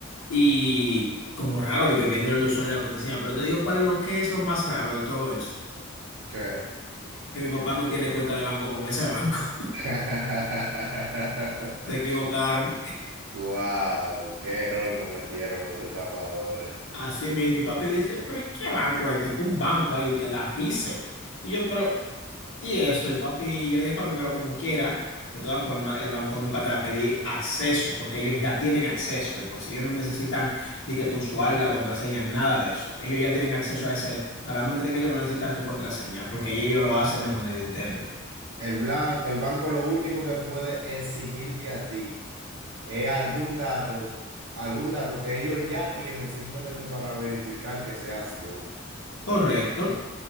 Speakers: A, on the left (about 85°); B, on the right (about 75°).
A: Y como raro de que viéndole el usuario y la contraseña, pero te digo cuál es lo que es lo más raro de todo esto.
B: ¿Qué?
A: Que mi papá no tiene cuenta de banco con ese banco.
B: <laughs>
A: <laughs> Se equivocaron.
B: Wow, qué error cometieron los estafadores.
A: Así mismo, mi papi dice, pero ¿y qué banco es este? Que un banco ahí, que la FISE. Y yo, pero Y esto, y papi, yo dije, papi, pero como quiera, de todas formas, el banco nunca te va a pedir acceso, porque ellos ya tienen acceso, de por sí ellos no necesitan de que tu usuario y la contraseña, nada de eso. Ellos ya tienen acceso a ese, para mantenimiento no necesitan tu contraseña, porque ya ellos lo hacen de manera interna.
B: El, blan- el banco lo único que puede exigirte a ti es algún dato, algún dato que ellos ya tienen simplemente para verificar que seas tú,
A: Correcto.